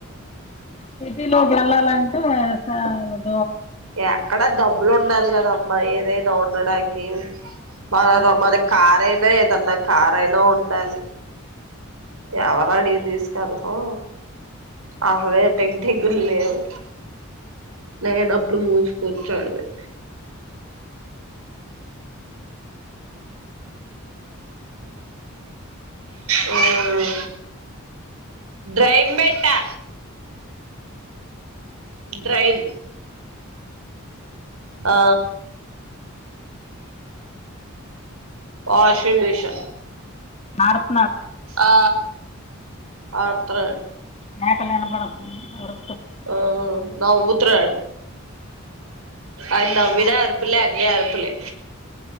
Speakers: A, on the left; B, on the right.
A: సిటీ లోకి వెళ్ళాలన్ <unintelligible>
B: ఎక్కడా డబ్బులు ఉండాలి కదామ్మా ఏదైనా లో ఉండడానికి <unintelligible>
A: ఆ.
B: మరి కారు అయిన <unintelligible> కారు అయిన ఉండాలి ఎవరు అడిగింది ళ్తల్ గో <unintelligible> ల లేవ్ నేన్ అప్పుడు మూ స్ కూర్చోడమే హూ డ్రైన్ బెట్టా డ్రైల్ ఆ ఆ షూమి క్షన్
A: మార్
B: ఆ ఆర్త్ర
A: మేకలా ఇనబడుతుంది ఆర్
B: హూ నవ్వుతున్నాడ్ అయి నవ్వినా ఆర్ పూలే అన్నీ అరుపులే